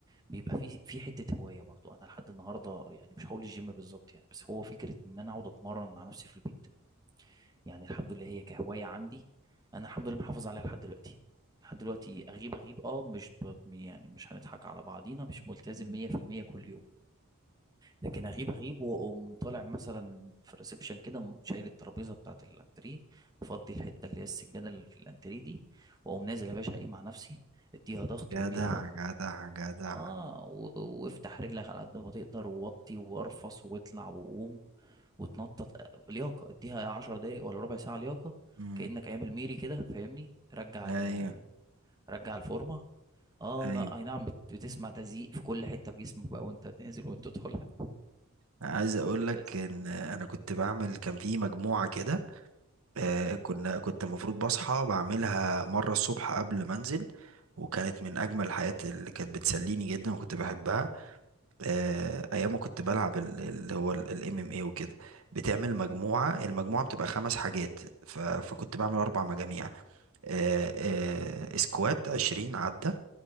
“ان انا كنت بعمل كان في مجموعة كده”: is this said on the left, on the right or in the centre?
Right